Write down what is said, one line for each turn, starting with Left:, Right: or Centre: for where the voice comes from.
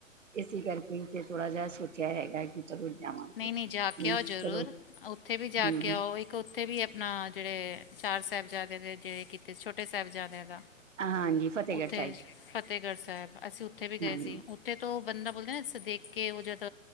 Right: ਇਸੀ ਕਰਕੇ ਇਥੇ ਥੋੜਾ ਜਾ ਸੋਚੇਆ ਹੈਗਾ ਕੀ ਚਲੋ ਜਾਵਾਂਗੇ।
Left: ਨਈਂ-ਨਈਂ ਜਾ ਕੇ
Right: ਨਾ
Left: ਆਓ ਜਰੂਰ
Right: ਚਲੋ
Left: ਔਥੇ ਵੀ ਜਾ
Right: ਹੂੰ,
Left: ਕੇ ਆਓ ਇੱਕ ਔਥੇ ਵੀ ਐ ਨਾ ਜੇੜੇ ਚਾਰ ਸਾਹਿਬਜ਼ਾਦਿਆਂ ਦੇ ਜੇੜੇ ਕਿਤੇ ਛੋਟੇ ਸਾਹਿਬਜ਼ਾਦਿਆਂ ਦਾ
Right: ਹਾਂਜੀ ਫਤਿਹਗੜ੍ਹ
Left: ਓਥੇ
Right: ਸਾਹਿਬ
Left: ਫ਼ਤਿਹਗੜ੍ਹ ਸੈਬ ਅਸੀਂ ਓਥੇ ਵੀ ਗਏ
Right: ਹਾਂਜੀ,
Left: ਸੀ। ਓਥੇ ਤੋਂ ਓ ਬੰਦਾ ਬੋਲਦੇ ਨਾ ਅ ਦੇਖ ਕੇ ਓ ਜਦ